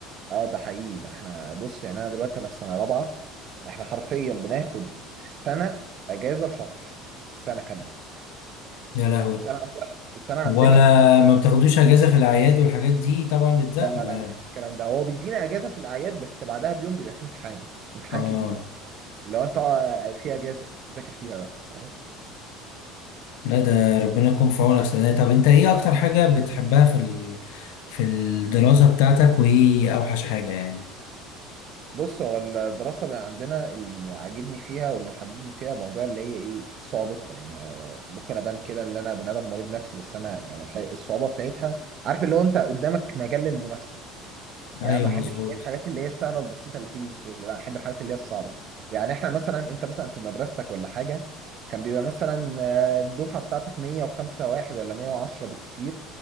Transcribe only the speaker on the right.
اه ده حقيقي ده احنا بص يعني انا دلوقتي انا في سنه رابعه احنا حرفيا بناخد في السنه اجازه شهر في السنه كامله
السنه عندنا السنه عندنا
لا لا لا
مفيش الكلام ده هو بيدينا اجازه في الاعياد بس بعدها بيوم بيبقى فيه امتحان امتحان
كبير لو انت آه، في اجازه ذاكر فيها بقى فاهم
بص هو الدراسه اللي عندنا اللي عاجبني فيها واللي محببني فيها موضوع اللي هي ايه صعوبتها يعني آه، ممكن ابان كده ان انا بني ادم مريض نفسي بس انا يعني الحقيقة الصعوبه بتاعتها عارف اللي هو انت قدامك مجال للمنافسه يعني
ما بحبش
اللي هي الحاجات اللي هي السهله البسيطه اللي تيجي بسهوله لا احب الحاجات اللي هي الصعبه يعني احنا مثلا انت مثلا في مدرستك ولا حاجه كان بيبقى مثلا آه، الدفعه بتاعتك 105 واحد ولا 110 بالكتير